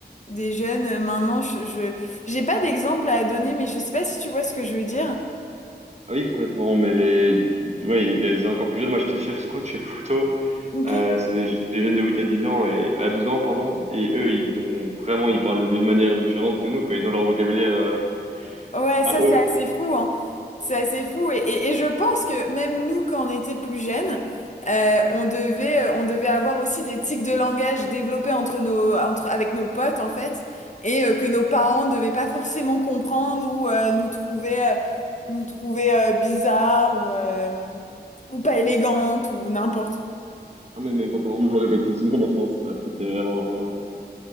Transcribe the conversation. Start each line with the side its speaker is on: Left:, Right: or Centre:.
Left: des jeunes euh, maintenant, je, je- j'ai pas d'exemple à donner, mais je sais pas si tu vois ce que je veux dire.
Right: Ah Oui, complètement, mais les, ouais, les encore plus jeunes, moi j'étais chef scout chez Fouto,
Left: Ok.
Right: euh, c'est des, c'est des jeunes de 8 à 10 ans, et à 12 ans, pardon, et eux, ils ont vraiment, ils parlent d'une manière différente de nous, quoi, ils ont leur vocabulaire euh,
Left: Ouais, ça
Right: à eux.
Left: c'est assez fou, hein. C'est assez fou. Et, et, et je pense que même nous, quand on était plus jeunes, euh, on devait, euh, on devait avoir aussi des tics de langage développés entre nos, entre, avec nos potes, en fait, et euh, que nos parents ne devaient pas forcément comprendre ou euh, nous trouver, euh, nous trouver euh, bizarres ou, euh, ou pas élégantes ou n'importe.
Right: Ah, mais mes grands-parents me l'ont répété toute mon enfance, ça, c'était vraiment, euh,